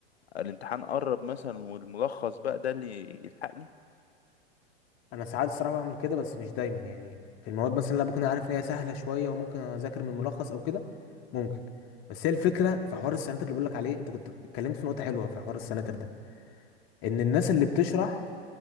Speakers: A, on the left; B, on the left.
A: الامتحان قرب مثلا والملخص بقى ده اللي يلحقني
B: انا ساعات الصراحه بعمل كده بس مش دايما يعني في المواد مثلا اللي أنا بكون عارف ان هي سهله شويه وممكن اذاكر من ملخص او كده ممكن بس هي الفكره في حوار السناتر اللي بقول لك عليه انت كنت اتكلمت في نقطه حلوه في حوار السناتر ده ان الناس اللي بتشرح